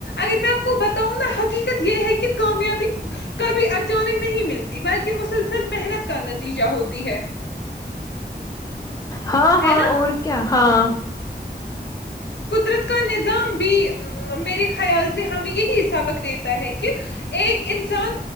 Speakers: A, on the left (about 85°); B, on the left (about 20°).
A: اگر میں آپ کو بتاؤں نا حقیقت یہ ہے کہ کامیابی کبھی اچانک نہیں مل ت بلکہ مسلسل محنت کا نتیجہ ہوتی ہے
B: ہاں
A: ہے
B: ہاں
A: نا
B: اور کیا ہاں
A: قدرت کانیا ازام بھی میرے خیال سے ہمیں یہ ہی سبق دیتا ہے کہ ایک انسان